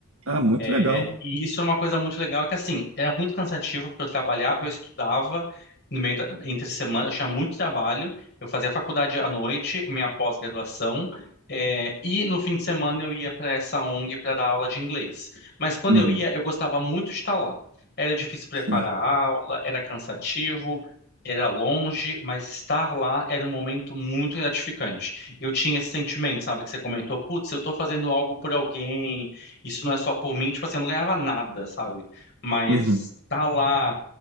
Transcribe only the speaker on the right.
Ah, muito legal.
Uhum.
Sim.
Uhum.